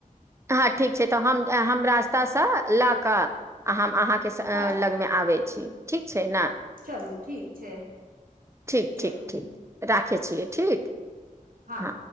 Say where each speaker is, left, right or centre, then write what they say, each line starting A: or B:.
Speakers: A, on the right; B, on the right.
A: हँ ठीक छै तऽ हम ये हम रास्तासँ लऽ कऽ हम अहाँके स
B: हँ
A: लगमे आबै छी ठीक छै न
B: चलू ठीक छै
A: ठीक
B: चलू
A: ठीक ठीक राखै छियै ठीक
B: हाँ
A: हँ